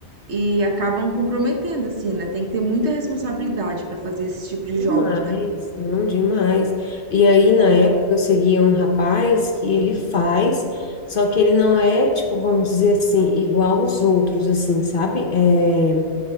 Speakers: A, on the right; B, on the left.
A: e acabam comprometendo, assim, né? Tem que ter muita responsabilidade para fazer esse tipo de
B: Demais,
A: jogos, né?
B: não, demais. E aí, na época, eu seguia um rapaz que ele faz, só que ele não é, tipo, vamos dizer assim, igual os outros, assim, sabe? É,